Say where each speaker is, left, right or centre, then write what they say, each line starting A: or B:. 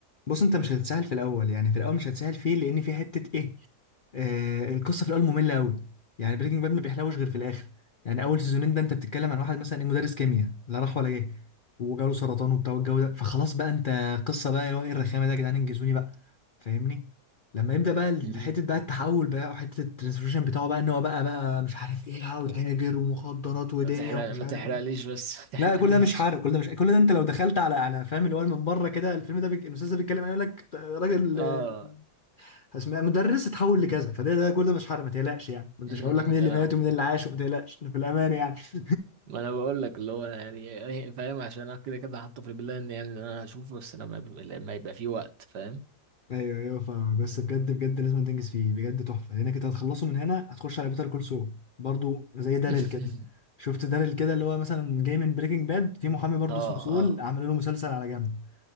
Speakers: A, on the left; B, on the right.
A: بص انت مش هتتسهل في الاول يعني في الاول مش هتسهل فيه لان في حته ايه آه القصه في الاول ممله قوي يعني بريكنج باد ما بيحلوش غير في الاخر يعني اول سيزونين ده انت بتتكلم عن واحد مثلا ايه مدرس كيمياء لا راح ولا جه وجاله سرطان وبتاع والجو ده فخلاص بقى انت قصه بقى اللي هو ايه الرخامه ده يا جدعان انجزوني بقى فاهمني لما يبدا بقى ال-
B: مم.
A: حته بقى التحول بقى وحته الترانسفورميشن بتاعه بقى ان هو بقى بقى مش عارف ايه لا وتاجر ومخدرات ودنيا
B: ما تحرق
A: ومش
B: ما
A: عارف
B: تحرقليش
A: ايه
B: بس <laughs> ما تحرقليش
A: لا كل ده مش حرق كل ده مش كل ده انت لو دخلت على على فاهم اللي هو من بره كده الفيلم ده بيك... الاستاذ ده بيتكلم عن- يقول لك آه، راجل
B: اه
A: آه، اسمه إيه؟ مدرس اتحول لكذا فده ده كل ده مش حرق ما تقلقش يعني ما انتش
B: امم
A: هقول لك مين اللي
B: انا
A: مات ومين اللي
B: <laughs>
A: عاش وما تقلقش إحنا في الامان يعني <laughs>
B: ما انا بقول لك اللي هو يعني فاهم عشان انا كده كده حاطه في البلان يعني ان انا هشوفه بس لما يبقى لما يبقى في وقت فاهم
A: ايوه ايوه فاهمك بس بجد بجد لازم تنجز فيه بجد تحفه لانك انت هتخلصه من هنا هتخش على بيتر كول سول برضو زي داريل
B: <laughs>
A: كده شفت داريل كده اللي هو مثلا جاي من بريكنج باد في محامي برضو
B: اه
A: اسمه سول
B: اه
A: عملوا له مسلسل على جنب